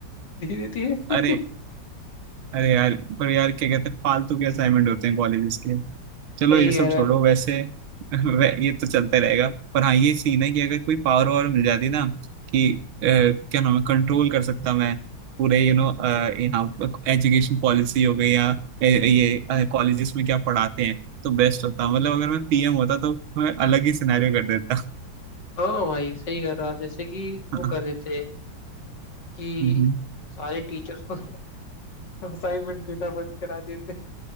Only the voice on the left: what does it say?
धीरे धीरे
सही
कह रहे
हैं
हाँ भाई सही कह रहे हो आप जैसे कि
वो कर देते हैं कि
सारे टीचर्स को <laughs> असाइनमेंट देना बंद करा देते